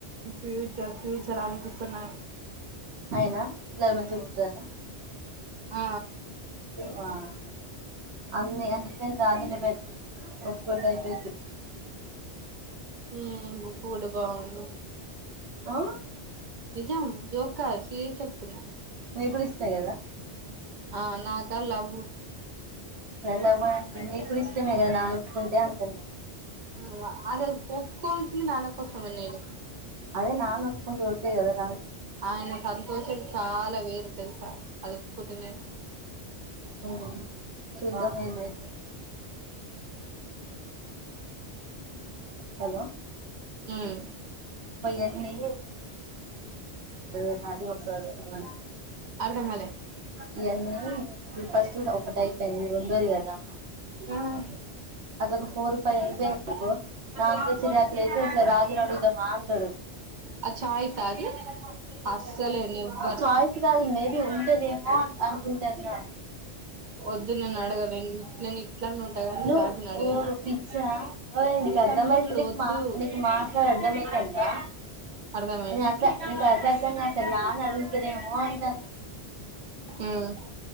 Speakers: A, on the right; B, on the right.
A: ఫ్యూచర్ ఫ్యూచర్ ఆలోచిస్తున్నా
B: అయినా గవ్వని చెప్తారా
A: ఆ
B: వామ్మో! అన్ని అన్నిటికంటె రాజన్నే బెటరు ఓప్పుకుంటే అయిపోయిది.
A: ఏమో ఒప్పు కుంటే బాగుండు
B: ఆ
A: నిజం జోక్ కాదు సీరియస్ చెప్తున్నా
B: నిగూడ ఇస్తాది కదా
A: ఆ నాకా లవ్వు
B: లవ్ మ్యారేజ్ నీకు కూడ ఇష్టమే కదా నాన్న ఒప్పుకుంటే అంటున్న
A: అదా అదానిక్ ఒప్కోవల్సి ది నాన్న కోసమే నేను
B: అదే నాన్న ఒప్పుకుంటే ఒకే కదా రా
A: ఆయన సంతోషం చాలా వేరు తెలుసా అది ఒప్పుకుంటే నేను
B: అ శుద్ధ హ మాయితే హలో
A: ఉమ్
B: ఏ <inaudible>
A: అర్ధంకాలే
B: ఇవన్నీ ఫస్ట్ ఒక అయిపోయింది ఉండోది కదా
A: ఉమ్
B: అట్ ఒక ఫో ఫైవ్ అయి నా తెచ్చ ప్లేసె రాగినడుద్ద మా అంటాడు
A: ఆ చాయిసా అది అస్సలే నెవ్వర్
B: చయిస్ కా మేబి ఉంటదేమో ఆకు తెన్నా
A: వద్దు నేను అడగా నేను ఇట్ ఇట్ ఉంటగాని
B: నువ్
A: రాజుని అడ
B: ఓ పిచ్చా ఓ ఇకు అర్థమయి
A: అనుకుంటాడు వద్దు
B: మాకు మాస అర్థమయితందా
A: అర్థమైంది
B: న అట్లా అట్ న అ ఇదేమ అంట
A: ఉమ్